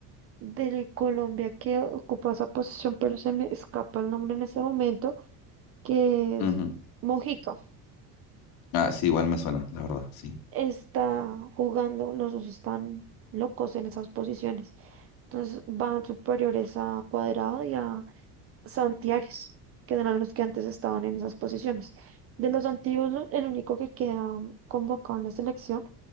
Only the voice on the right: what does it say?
de Colombia que ocupa esa posición, pero se me escapa el nombre en este momento, que
es Mojica.
está jugando, los dos están locos en esas posiciones. Entonces van superiores a Cuadrado y a Santiares, que eran los que antes estaban en esas posiciones. De los antiguos, lo- el único que queda convocado en la selección